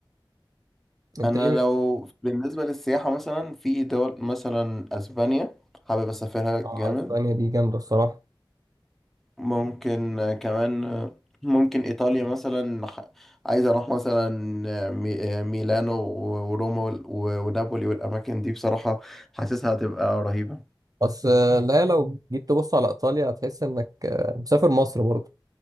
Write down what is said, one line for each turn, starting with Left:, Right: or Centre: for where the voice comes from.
Right: انت
Centre: انا
Right: ايه
Centre: لو بالنسبه للسياحه مثلا في دول مثلا اسبانيا حابب اسافرها
Right: اه
Centre: جامد
Right: اسبانيا دي جامده الصراحه
Centre: ممكن آه، كمان آه، ممكن ايطاليا مثلا ح- عايز اروح مثلا آه، مي- آه، ميلانو و- وروما وال- و- ونابولي والاماكن دي بصراحه حاسسها هتبقى رهيبه
Right: بس آه، لا لو جيت تبص على ايطاليا هتحس انك آه، مسافر مصر برضه